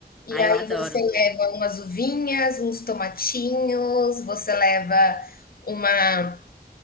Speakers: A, on the left; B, in the centre.
A: E
B: Ai,
A: aí
B: eu adoro.
A: você leva umas uvinhas, uns tomatinhos, você leva uma